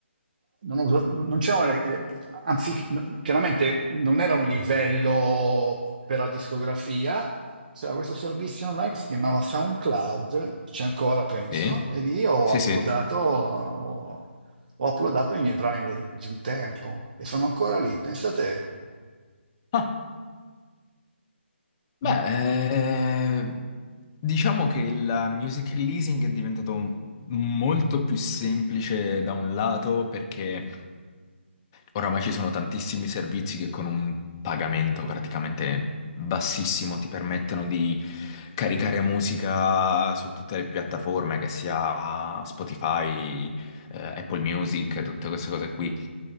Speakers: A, on the right; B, on the left.
A: non, uso- non c'erano, le- eh, anzi, chiaramente non era un livello per la discografia, c'era questo servizio online che si chiamava SoundCloud, c'è ancora penso,
B: Sì,
A: e lì ho
B: sì,
A: uploadato,
B: sì.
A: ho, ho uploadato i miei brani de- di un tempo e sono ancora lì, pensate.
B: Ah, beh,
A: Mm.
B: eh, diciamo che la music releasing è diventato molto più semplice da un lato perché... Oramai ci sono tantissimi servizi che con un pagamento praticamente bassissimo ti permettono di caricare musica su tutte le piattaforme, che sia Spotify, eh, Apple Music, tutte queste cose qui.